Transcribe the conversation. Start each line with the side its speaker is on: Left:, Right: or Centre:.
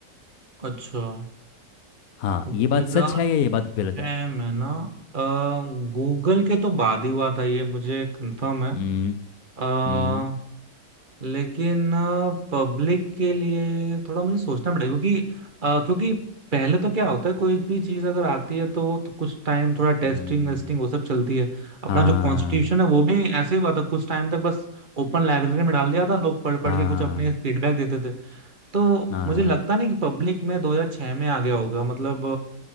Right: अच्छा
Left: हाँ
Right: 2006
Left: ये बात सच है या ये बात गलत है
Right: में ना गूगल के तो बाद ही हुआ था ये मुझे कंफर्म है
Left: हम्म
Right: अ,
Left: हम्म
Right: लेकिन पब्लिक के लिए थोड़ा मुझे सोचना पड़ेगा क्योंकि अ, क्योंकि पहले तो क्या होता है कोई भी चीज अगर आती है तो वो तो कुछ टाइम थोड़ा टेस्टिंग
Left: हम्म,
Right: वेस्टिंग वो सब चलती है अपना
Left: हाँ
Right: जो कॉन्स्टिट्यूशन है वो भी ऐसे ही हुआ था कुछ टाइम तक बस ओपन लाइब्रेरी में डाल दिया था लोग पढ़ पढ़
Left: हाँ
Right: के कुछ अपने फीडबैक देते थे तो
Left: हाँ
Right: मुझे लगता नहीं कि पब्लिक में 2006 में आ गया होगा मतलब